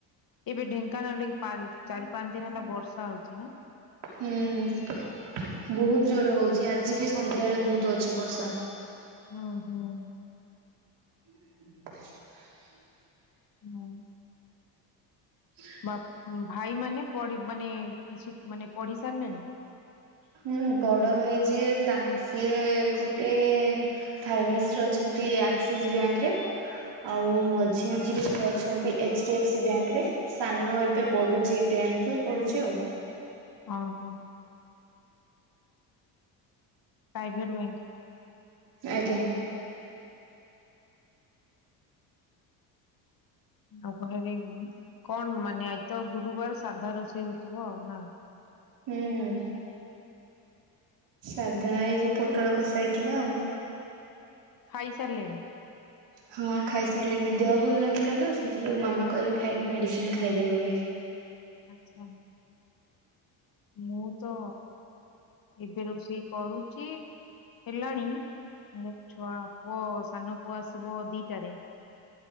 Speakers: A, on the left (about 45°); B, on the right (about 55°).
A: ଏବେ ଢେଙ୍କାନାଳରେ ପା ଚାରି ପାଞ୍ଚ ଦିନ ହେଲା ବର୍ଷା ହଉଛି ନାଁ?
B: ହୁଁ ହୁଁ। ବହୁତୁ ଜୋର ହଉଛି ଆଜି ବି ସନ୍ଧ୍ୟାବେଳେ ବହୁତୁ ଅଛି ବର୍ଷା।
A: ଓ ହଉଁ।
B: <inaudible>
A: ହଉଁ।
B: <inaudible>
A: ବାପ୍। ଭାଇ ମାନେ ପଢି ମାନେ। କିଛି ମାନେ ପଢି ସାରିଲେଣି?
B: ହୁଁ ବଡ଼ ଭାଇ ଯିଏ ତାଙ୍କ ସିଏ ଗୋଟେ ଫାଇନିନ୍ସି ରେ ଅଛନ୍ତି ଆକ୍ସିସ୍ ବ୍ୟାଙ୍କ ରେ
A: ହୁଁ
B: ଆଉ ମଝିଆଁ ଯିଏ ସିଏ ଅଛନ୍ତି H D F C bank ରେ। ସାନ ଏବେ
A: ହୁଁ
B: ପଢୁଛି ଟେନ୍ଥ ପଢୁଚି ଆଉ।
A: ହଁ ହଁ। Private bank.
B: ଆଜ୍ଞା।
A: ଆଉ ଉପହାର ହେଇନି। କଣ ମାନେ ଆଜି ତ ଗୁରୁବାର ସାଧା ରୋଷେଇ ହଉଥିବ ଆଉ ନାଁ?
B: ହୁଁ ହୁଁ। ସାଧା ଏଇ ଯୋଉ ପୋଟଳ କଷା ହେଇଥିଲା ଆଉ।
A: ଖାଇସାରିଲେଣି?
B: ହଁ ଖାଇସାରିଲିନି ଦେହ ଭଲ ନଥିଲା ତ ସେଥି ଯୋଗୁ ମାମା କହିଲେ ଖାଇକି ମେଡିସିନି ଖାଇଦେ ବୋଲି।
A: ଆଚ୍ଛା। ମୁଁ ତ। ଏବେ ରୋଷେଇ କରୁଚି ହେଲାଣି। ମୋ ଛୁଆ ପୁଅ ସାନ ପୁଅ ଆସିବ ଦିଟାରେ।